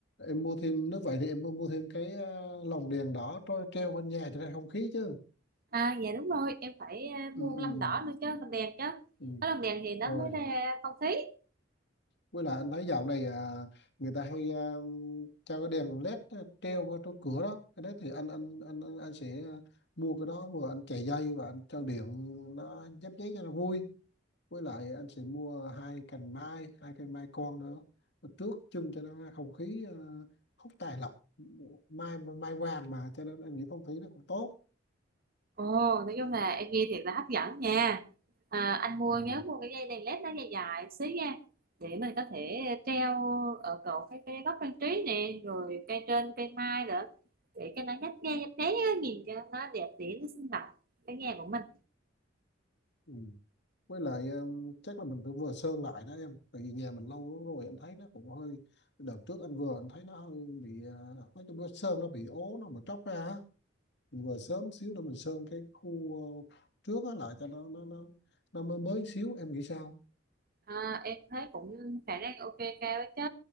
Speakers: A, on the left; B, on the right.
A: em mua thêm nếu vậy thì em mua thêm cái ờ, lồng đèn đỏ trôi treo bên nhà cho ra không khí chứ.
B: à dạ đúng rồi em phải à,
A: Ừ,
B: mua cái
A: ừ,
B: lồng đỏ nữa chứ lồng đèn chứ
A: ừ.
B: có lồng đèn thì nó
A: Rồi.
B: mới ra phong khí
A: Với lại anh thấy dạo này à, người ta hay um, cho cái đèn led treo qua chỗ cửa đó. Cái đấy thì anh anh anh anh, anh sẽ ờ, mua cái đó vừa anh chạy dây và anh cho điện nó nhấp nháy cho nó vui. với lại anh sẽ mua hai cành mai hai cây mai con nữa Mà tước chân cho nó không khí ờ, không tài lộc mai mai vàng mà cho nên anh nghĩ phong thủy nó cũng tốt
B: ồ nói chung là em nghe thiệt là hấp dẫn nha à, anh mua
A: ừ,
B: nhớ mua cái dây đèn led nó dài dài xíu nha để mình có thể treo ở cổ cái cái góc trang trí nè rồi cây trên cây mai nữa để cho nó nhấp nháy nhấp nháy á, nhìn cho nó đẹp đẽ nó sinh động cái nhà của mình
A: ừ. với lại ờ, chắc là mình phải vừa sơn lại đó em tại vì nhà mình lâu lắm rồi em thấy nó cũng hơi đợt trước anh vừa anh thấy nó hơi bị ờ, mấy cái bữa sơn nó bị ố nó mà tróc ra á. mình vừa sớm xíu để mình sơn cái khu ờ, trước á lại cho nó nó nó nó mới mới xíu em nghĩ sao
B: À, em thấy cũng khả năng ok cao đấy chứ